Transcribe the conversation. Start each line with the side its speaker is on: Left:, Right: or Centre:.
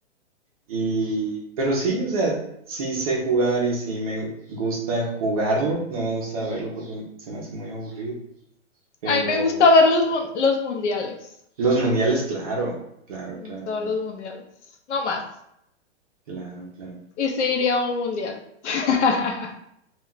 Right: Y, pero sí, o sea, sí sé jugar y sí me gusta jugarlo, no saberlo porque se me hace muy aburrido. Pero
Left: A mí me gusta ver los, mun- los mundiales.
Right: los mundiales, claro, claro,
Left: Me
Right: claro,
Left: gusta
Right: claro,
Left: ver los mundiales. No más.
Right: claro, claro.
Left: Y sí iría a un mundial. <laughs>